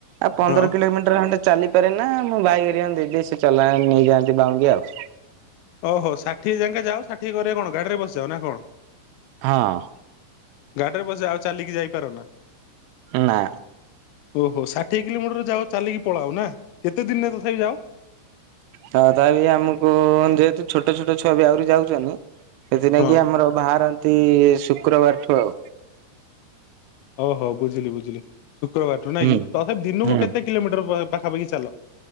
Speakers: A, on the right; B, on the left.
A: ଆଉ ପନ୍ଦର
B: ହଁ।
A: କିଲୋମିଟର ଖଣ୍ଡେ ଚାଲିପାରେ ନା ମୁଁ ଭାଇ ଘରିଆ ଙ୍କୁ ଦେଇ ଦିଏ ସେ ଚଲାଏ ନେଇଯାଆନ୍ତି ବାଉଁରି ଆଉ।
B: ଓହୋ ଷାଠିଏ ଯାକେଁ ଯାଅ ଷାଠିଏ କରେ କଣ ଗାଡିରେ ବସିଯାଅ ନା କଣ?
A: ହଁ।
B: ଗାଡ଼ିରେ ବସ ଯାଅ ଆଉ ଚାଲିକି ଯାଇପାର ନା?
A: ନା।
B: ଓହୋ ଷାଠିଏ କିଲୋମିଟର ଯାଅ ଚାଲିକି ପଳାଅ ନା କେତେ ଦିନରେ ତଥାପି ଯାଅ?
A: ହଁ ତା ବିି ଆମକୁ ଯେହେତୁ ଛୋଟ ଛୋଟ ଛୁଆ ବି ଆହୁରି ଯାଉଛନି। ସେଥିନା
B: ହଁ
A: କି ଆମର ବାହାରନ୍ତି ଶୁକ୍ରବାର ଠୁ ଆଉ।
B: ଓହୋ ବୁଝିଲି ବୁଝିଲି ଶୁକ୍ରବାର ଠୁ ନାଇଁ
A: ହୁଁ
B: କି ତଥାପି ଦିନକୁ
A: ହୁଁ।
B: କେତେ? କିଲୋମିଟର ପ-ପାଖାପାଖି ଚାଲ